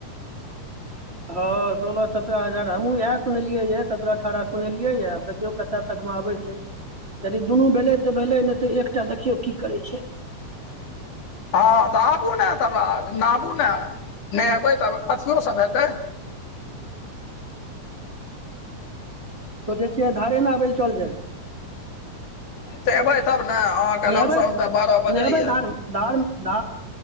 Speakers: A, on the right (about 20°); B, on the left (about 85°).
A: हँ सोलह सत्तरह हजार हमहूँ इएह सुनलियै यऽ सत्तरह अठारह सुनलियै यऽ आब देख देखियौ कतऽ तकमे आबै छै यदि दुनू भेलै तऽ भेलै नहि तऽ एकटा देखियौ की करै छै
B: हँ तऽ आबू ने तब नहाबू ने नहेबै तब अथियो सभ हेतै
A: सोचै छियै धारे ने आबै लए चल जाय
B: तऽ एबै तब ने अहाँके
A: नहेबै
B: लमसम तऽ बारह बजे
A: नहेबै
B: या
A: धारमे धार ध